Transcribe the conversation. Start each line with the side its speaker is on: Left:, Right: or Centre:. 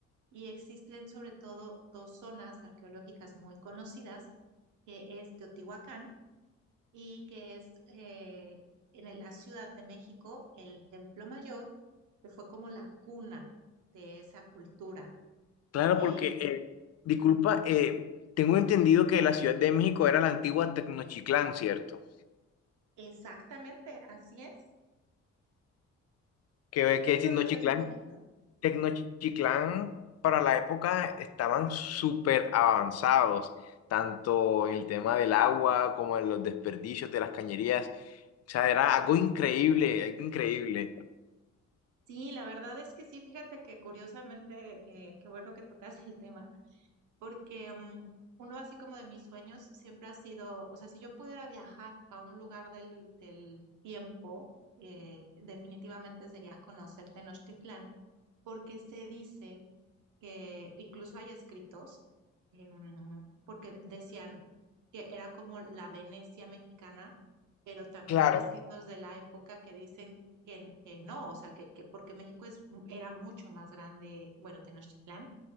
Right: y existen sobre todo dos zonas arqueológicas muy conocidas, que es Teotihuacán y que es eh, en el- la Ciudad de México el Templo Mayor, que fue como la cuna de esa cultura.
Left: Claro,
Right: Eh,
Left: porque, eh, disculpa, eh, tengo entendido que la Ciudad de México era la antigua Tecnochiclán, ¿cierto?
Right: exactamente, así es.
Left: Que, que
Right: ¿Qué conoces
Left: Tecnochiclán,
Right: un poquito?
Left: Tecnochiclán para la época estaban súper avanzados, tanto en el tema del agua como en los desperdicios de las cañerías. O sea, era algo increíble, algo increíble.
Right: Sí, la verdad es que sí, fíjate que curiosamente, eh, qué bueno que tocas el tema, porque mm, uno así como de mis sueños siempre ha sido, o sea, si yo pudiera viajar a un lugar del, del tiempo, eh, definitivamente sería conocer Tenochtitlán, porque se dice que incluso hay escritos, em, porque decían que era como la Venecia mexicana, pero también
Left: Claro,
Right: hay escritos de la época que dicen que, n- que no, o sea, que, que porque México es, era mucho más grande, bueno, Tenochtitlán